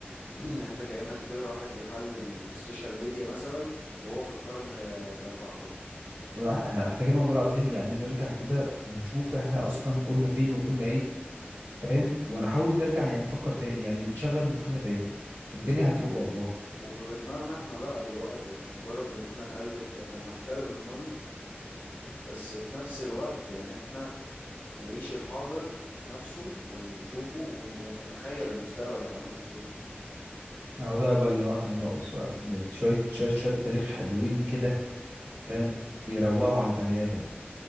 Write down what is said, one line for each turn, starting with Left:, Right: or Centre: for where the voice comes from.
Left: <clears throat> يعني انت كأنك تقرا واحد بيحلل السوشيال ميديا مثلا وهو في القرن ال 14
Right: احنا محتاجين والله العظيم يعني نرجع كده ونشوف احنا أصلا كنا فين وكنا إيه فاهم ونحاول نرجع يعني نفكر تاني يعني نشغل مخنا تاني الدنيا هتروق والله
Left: وبدماغنا احنا بقى دلوقتي يعني مش مجرد ان احنا نقلد احنا بنحترم الماضي بس في نفس الوقت يعني احنا نعيش الحاضر نفسه ونشوفه ون- ونتخيل المستقبل هيبقى عامل ازاي
Right: اهو ده بقى اللي ناقص- كان ناقص بقى شوية شوية
Left: يا
Right: شوية تاريخ حلوين كده فاهم يروقوا على البني آدم